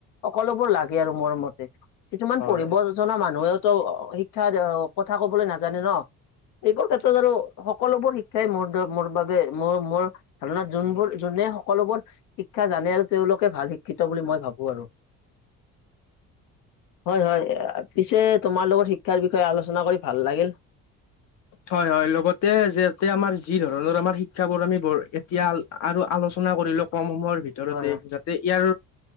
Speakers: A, on the left (about 90°); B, on the left (about 60°).
A: সকলোবোৰ লাগে আৰু মোৰ মতে। কিছুমান
B: হয়।
A: পঢ়িব জনা মানুহেওতো শিক্ষাৰ কথা কবলৈ নাজানে ন'। সেইবোৰ ক্ষেত্ৰত আৰু সকলোবোৰ শিক্ষাই মোৰ মোৰ বাবে মোৰ মোৰ ধাৰণাত যোনবোৰ যোনে সকলোবোৰ শিক্ষা জানে আৰু তেওঁলোকে ভাল শিক্ষিত বুলি মই ভাবোঁ আৰু। <inaudible> হয় হয়। পিছে তোমাৰ লগত শিক্ষাৰ বিষয়ে আলোচনা কৰি ভাল লাগিল।
B: হয় হয় লগতে জাতে আমাৰ যিধৰণৰ আমাৰ শিক্ষাবোৰ আমি বৰ এতিয়া আৰু আলোচনা কৰি ধৰি লোৱা কম সময়ৰ ভিতৰতে
A: হয় হয়
B: যাতে ইয়াৰ